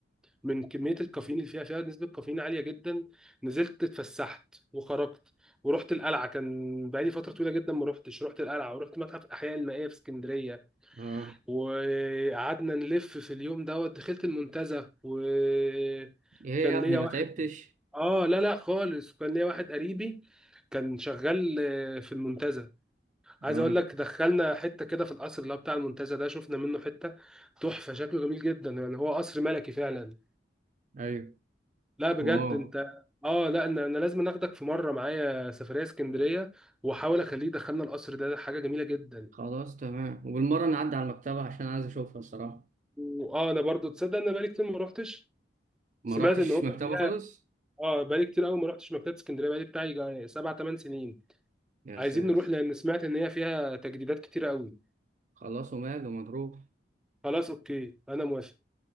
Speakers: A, in the centre; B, on the right.
A: من كميه الكافيين اللي فيها فيها نسبه كافيين عاليه جدا نزلت اتفسحت وخرجت ورحت القلعه كان بقالي فتره طويله جدا ما رحتش رحت القلعه ورحت متحف الاحياء المائيه في اسكندريه
B: اه
A: وقعدنا نلف في اليوم دوت دخلت المنتزه وكان
B: ايه يا ابني
A: ليا
B: ما
A: واحد
B: تعبتش
A: اه لا لا خالص كان ليا واحد قريبي كان شغال آه، في المنتزه عايز
B: اه
A: اقول لك دخلنا حته كده في القصر اللي هو بتاع المنتزه ده شفنا منه حته تحفه شكله جميل جدا يعني هو قصر ملكي فعلا
B: ايوه
A: لا بجد
B: واو
A: انت اه لا انا انا لازم اخدك في مره معايا سفريه اسكندريه واحاول اخليه يدخلنا القصر ده ده حاجه جميله جدا
B: خلاص تمام وبالمره نعدي على المكتبه عشان عايز اشوفها الصراحه
A: واه انا برضو تصدق انا بقالي كتير ما روحتش
B: ما
A: سمعت
B: رحتش
A: ان هو
B: مكتبه
A: فيها
B: خالص
A: اه بقالي كتير قوي ما رحتش مكتبه اسكندريه بقالي بتاعي جا- سبع ثمان سنين
B: يا
A: عايزين
B: ساتر
A: نروح لان سمعت ان هي فيها تجديدات كتير قوي
B: خلاص وماله مضروب
A: خلاص اوكي انا موافق